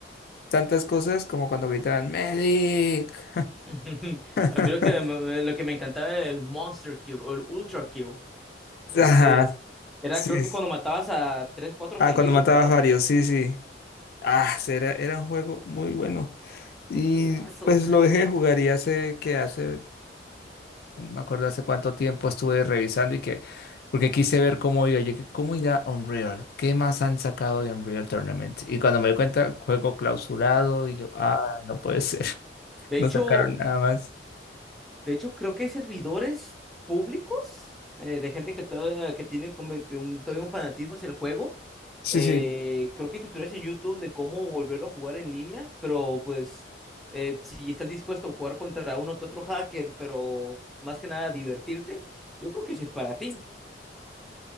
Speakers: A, on the left; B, in the centre.
A: tantas cosas como cuando gritaban Medic.
B: <laughs>
A: <laughs>
B: A mí lo que, me- lo que me encantaba era el Monster Kill o el Ultra Kill. Entonces,
A: Ajá,
B: era
A: sí.
B: creo que
A: sí.
B: cuando matabas a tres, cuatro
A: Ah,
B: seguidos,
A: cuando matabas
B: ¿verdad?
A: varios, sí, sí. Ah, sí, era, era un juego muy bueno. Y
B: Un Juegazo.
A: pues lo dejé de jugar y hace que hace, no me acuerdo hace cuánto tiempo estuve revisando y que, porque quise ver cómo iba, yo, que, cómo irá Unreal, qué más han sacado de Unreal Tournament. Y cuando me di cuenta, juego clausurado y yo, ah, no puede ser, <laughs>
B: De hecho,
A: no sacaron nada más.
B: de hecho, creo que hay servidores públicos eh, de gente que todavía que tiene como que un, todavía un fanatismo hacia el juego.
A: Sí,
B: Eh,
A: sí,
B: creo que hay tutoriales en YouTube de cómo volverlo a jugar en línea, pero pues eh, si estás dispuesto a jugar contra uno que otro hacker, pero más que nada divertirte, yo creo que sí es para ti.